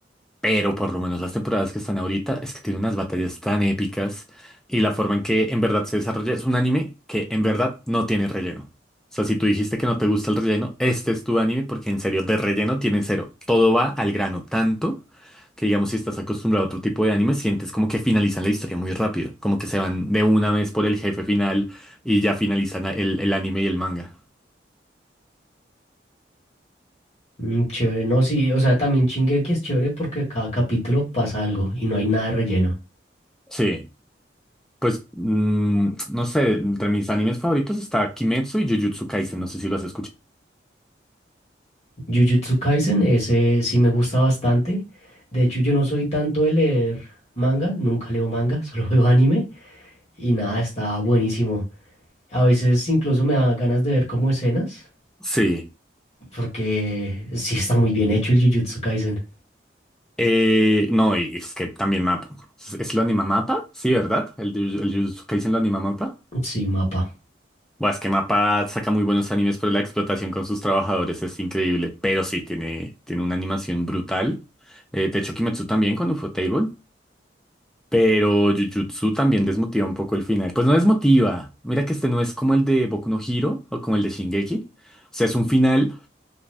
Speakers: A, in the centre; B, on the left.
A: Pero por lo menos las temporadas que están ahorita es que tiene unas batallas tan épicas y la forma en que en verdad se desarrolla es un anime que en verdad no tiene relleno. O sea, si tú dijiste que no te gusta el relleno, este es tu anime porque en serio, de relleno tiene cero. Todo va al grano, tanto que digamos si estás acostumbrado a otro tipo de anime, sientes como que finalizan la historia muy rápido, como que se van de una vez por el jefe final y ya finalizan el, el anime y el manga.
B: mm, chévere. No, sí, o sea, también Shingeki es chévere porque cada capítulo pasa algo y no hay nada de relleno.
A: Sí. Pues, mm, no sé, entre mis animes favoritos está Kimetsu y Jujutsu Kaisen, no sé si lo has escuchado.
B: Jujutsu Kaisen, ese sí me gusta bastante. De hecho, yo no soy tanto de leer manga, nunca leo manga, <laughs> solo veo anime y nada, está buenísimo. A veces incluso me da ganas de ver como escenas
A: Sí.
B: porque sí está muy bien hecho el Jujutsu Kaisen.
A: Eh, no, y es que también mapa. ¿Es lo anima mapa? Sí, ¿verdad? El, de- el Jujutsu Kaisen lo anima mapa.
B: Sí, mapa.
A: Bueno, es que Mapa saca muy buenos animes por la explotación con sus trabajadores, es increíble. Pero sí, tiene, tiene una animación brutal. Eh, de hecho, Kimetsu también con Ufotable. Pero Jujutsu también desmotiva un poco el final. Pues no desmotiva. Mira que este no es como el de Boku no Hero o como el de Shingeki. O sea, es un final